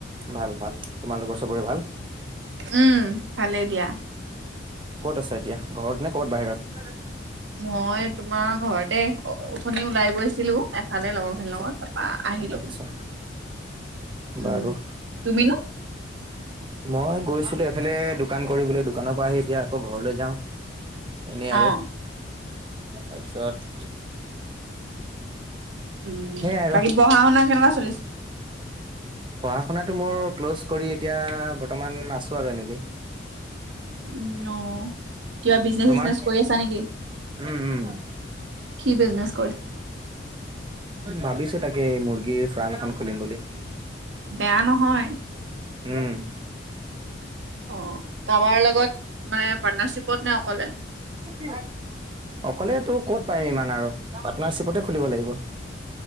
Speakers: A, on the right; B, on the right.
A: ভাল ভাল তোমালোকৰ চবৰে ভাল।
B: উম, ভালেই দিয়া।
A: ক'ত আছা এতিয়া ঘৰত নে ক'ত বাহিৰত।
B: মই তোমাৰ ঘৰতে। উঠি ওলাই গৈছিলো এফালে লগৰ
A: আচ্ছা
B: খিনি লগত তাৰপা আহিলো।
A: আচ্ছা
B: উম,
A: বাৰু।
B: তুমিনো?
A: মই গৈছিলো এফালে দোকান কৰিবলৈ দোকানৰ পৰা আহি এতিয়া আকৌ ঘৰলৈ যাওঁ। এনেই আৰু,
B: অ',
A: তাৰপিছত।
B: উম
A: সেইয়াই আৰু
B: বাকী পঢ়া শুনা কেনেকুৱা চলিছে।
A: পঢ়া শুনাটো মোৰ ক্ল'জ কৰি এতিয়া বৰ্তমান আছো আৰু এনেকে।
B: উম অ কিবা বিজনেচ
A: তোমাৰ
B: চজনেচ কৰি আছা নেকি।
A: উম উম।
B: কি বিজনেছ।
A: ভাবিছো তাকে মুৰ্গীৰ ফাৰ্ম এখন খুলিম বুলি।
B: বেয়া নহয়।
A: উম।
B: অ কাৰাবাৰ লগত, মানে পাৰ্টনাৰশ্বিপত নে অকলে।
A: <unintelligible> অকলে তো ক'ত পাৰিম ইমান আৰু পাৰ্টনাৰ্বিপতে খুলিব লাগিব।